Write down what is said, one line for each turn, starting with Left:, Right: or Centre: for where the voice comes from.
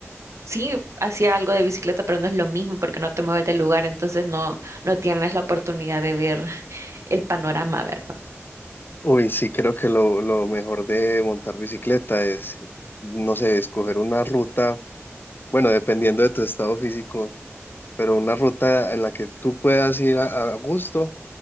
Right: sí hacía algo de bicicleta, pero no es lo mismo porque no te mueves del lugar, entonces no, no tienes la oportunidad de ver el panorama, ¿verdad?
Left: Uy, sí, creo que lo, lo mejor de montar bicicleta es, no sé, escoger una ruta, bueno, dependiendo de tu estado físico, pero una ruta en la que tú puedas ir a, a gusto.